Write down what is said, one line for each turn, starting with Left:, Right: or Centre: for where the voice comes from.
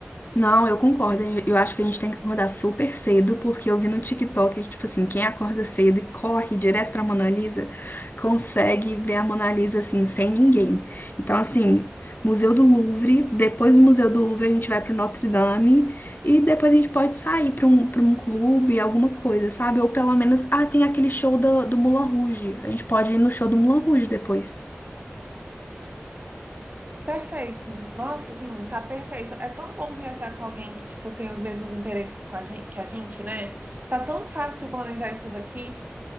Left: Não, eu concordo. Eu acho que a gente tem que acordar super cedo, porque eu vi no TikTok que, tipo assim, quem acorda cedo e corre direto pra Mona Lisa, consegue ver a Mona Lisa, assim, sem ninguém. Então, assim, Museu do Louvre, depois do Museu do Louvre a gente vai pro Notre Dame, e depois a gente pode sair pra um, pra um clube, alguma coisa, sabe? Ou pelo menos, ah, tem aquele show do, do Moulin Rouge. A gente pode ir no show do Moulin Rouge depois.
Right: Perfeito. Nossa, assim, tá perfeito. É tão bom viajar com alguém que, tipo, tem os mesmos interesses com a gente, que a gente, né? Tá tão fácil planejar isso daqui.